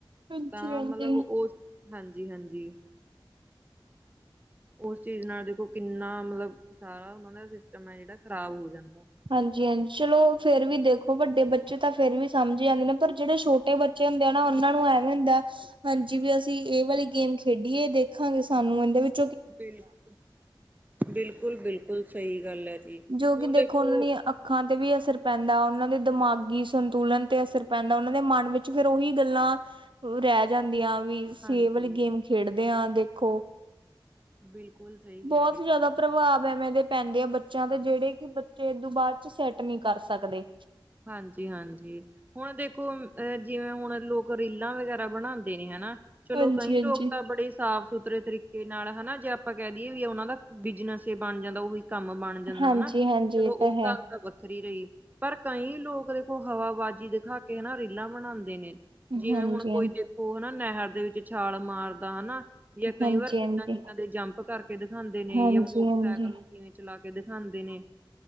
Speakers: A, on the right (about 65°); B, on the right (about 20°).
A: ਹਾਂਜੀ
B: ਤਾਂ
A: ਹਾਂਜੀ
B: ਮਤਲਬ ਉਸ ਹਾਂਜੀ ਹਾਂਜੀ। ਉਸ ਚੀਜ਼ ਨਾਲ ਦੇਖੋ, ਕਿੰਨਾ ਮਤਲਬ ਸਾਰਾ ਉਹਨਾਂ ਦਾ ਸਿਸਟਮ ਐ ਜਿਹੜਾ ਖ਼ਰਾਬ ਹੋ ਜਾਂਦਾ।
A: ਹਾਂਜੀ ਹਾਂਜੀ ਚਲੋਂ ਫੇਰ ਵੀ ਦੇਖੋ ਵੱਡੇ ਬੱਚੇ ਤਾਂ ਫੇਰ ਵੀ ਸਮਝ ਹੀ ਜਾਂਦੇ ਨੇ, ਪਰ ਜਿਹੜੇ ਛੋ ਟੇ ਬੱਚੇ ਹੁੰਦੇ ਆ ਨਾ, ਉਹਨਾਂ ਨੂੰ ਐਵੇਂ ਹੁੰਦੈ ਹਾਂਜੀ, ਵੀ ਅਸੀਂ ਇਹ ਵਾਲੀ ਗੇਮ ਖੇਡੀਏ ਦੇਖਾਂਗੇ ਸਾਨੂੰ ਇਹਦੇ ਵਿੱਚ
B: ਬਿਲਕੁਲ ਬਿਲਕੁਲ ਬਿਲਕੁਲ, ਸਹੀ ਗੱਲ ਐ ਜੀ
A: ਜੋ
B: ਹੁਣ
A: ਕਿ
B: ਦੇਖੋ
A: ਉਹਨਾਂ ਦੀਆਂ ਅੱਖਾਂ ਤੇ ਵੀ ਅਸਰ ਪੈਂਦਾ, ਉਹਨਾਂ ਦੇ ਦਿਮਾਗੀ ਸੰਤੁਲਨ ਤੇ ਅਸਰ ਪੈਂਦਾ, ਉਹਨਾਂ ਦੇ ਮਨ ਵਿੱਚ ਫਿਰ ਉਹੀ ਗੱਲਾਂ ਉ ਰਹਿ ਜਾਂਦੀਆਂ ਵੀ, ਅਸੀਂ
B: ਹਾਂਜੀ
A: ਇਹ ਵਾਲੀ ਗੇਮ ਖੇਡਦੇ ਹਾਂ ਦੇਖੋ।
B: ਬਿਲਕੁਲ ਸਹੀ ਕਹਿ
A: ਬਹੁਤ
B: ਰਹੇ ਹੋ
A: ਜ਼ਿਆਦਾ ਪ੍ਰਭਾਵ ਐਵੇਂ ਦੇ ਪੈਂਦੀ ਆ ਬੱਚਿਆਂ ਤੇ, ਜਿਹੜੇ ਕਿ ਬੱਚੇ ਏਦੋਂ ਬਾਅਦ ਚ ਸੈੱਟ ਨਹੀਂ ਕਰ ਸਕਦੇ।
B: ਹਾਂਜੀ ਹਾਂਜੀ। ਹੁਣ ਦੇਖੋ ਅਹ, ਜਿਵੇਂ ਹੁਣ ਲੋਕ ਰੀਲਾਂ ਵਗੈਰਾ ਬਣਾਂਦੇ ਨੇ ਹਨਾ। ਚਲੋਂ
A: ਹਾਂਜੀ-ਹਾਂਜੀ।
B: ਕਈ ਲੋਕ ਤਾਂ ਬੜੇ ਸਾਫ਼ ਸੁਥਰੇ ਤਰੀਕੇ ਤੇ ਨਾਲ ਹਨਾ ਜੇ ਆਪਾਂ ਕਹਿ ਦਈਏ ਵੀ ਉਹਨਾਂ ਦਾ ਬਿਜਨਸ ਹੀ ਬਣ ਜਾਂਦਾ ਉਹੀ ਕੰਮ ਬਣ ਜਾਂਦਾ
A: ਹਾਂਜੀ-ਹਾਂਜੀ
B: ਹਨਾ, ਚਲੋਂ
A: ਇਹ
B: ਉਹ
A: ਹੈ।
B: ਗੱਲ ਤਾਂ ਵੱਖਰੀ ਰਹੀ। ਪਰ ਕਈ ਲੋਕ ਦੇਖੋ ਹਵਾਬਾਜ਼ੀ ਦਿਖਾ ਕੇ, ਹਨਾ ਰੀਲਾਂ ਬਣਾਂਦੇ ਨੇ
A: ਹਾਂਜੀ
B: ਜਿਵੇਂ ਹੁਣ ਕੋਈ ਦੇ ਓਹ ਹਨਾ, ਨਹਿਰ ਦੇ ਵਿੱਚ ਛਾਲ ਮਾਰਦਾ ਹਨਾ। ਜਾਂ, ਕਈ
A: ਹਾਂਜੀ
B: ਵਾਰ ਕਿੱਦਾਂ
A: ਹਾਂਜੀ
B: ਕਿੱਦਾਂ ਦੇ ਜੰਪ ਕਰਕੇ ਦਿਖਾਂਦੇ ਨੇ,
A: ਹਾਂਜੀ
B: ਜਾਂ ਮੋਟਰਸਾਈਕਲ
A: ਹਾਂਜੀ
B: ਨੂੰ ਕਿਵੇਂ ਚਲਾ ਕੇ ਦਿਖਾਂਦੇ ਨੇ,